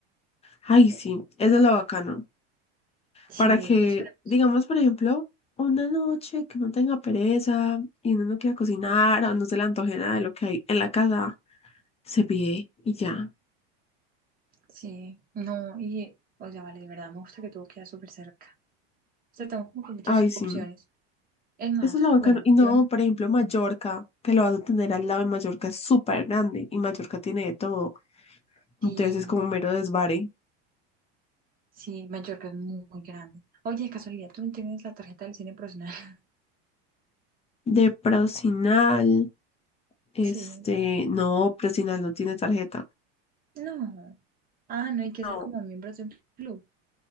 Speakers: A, on the left; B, on the right.
A: Ay, sí, eso es lo bacano.
B: Sí,
A: para que,
B: esperemos.
A: digamos, por ejemplo, una noche que no tenga pereza y uno no quiera cocinar o no se le antoje nada de lo que hay en la casa, se pide y ya.
B: Sí, no, y, o sea, vale, de verdad me gusta que todo queda súper cerca. O sea, tengo como que muchas
A: Ay, sí,
B: opciones. Es más,
A: eso es lo bacano.
B: bueno,
A: Y no,
B: yo n-
A: por ejemplo, Mallorca, que lo vas a tener al lado y Mallorca es súper grande y Mallorca tiene de todo.
B: sí,
A: Entonces es como un mero desvare.
B: sí, Mallorca es muy, muy grande. Oye, de casualidad, ¿tú no tienes la tarjeta del cine profesional? <laughs>
A: De Procinal, este,
B: Sí.
A: no, Procinal no tiene tarjeta.
B: No. Ah, no hay que
A: No.
B: ser como miembros de un club.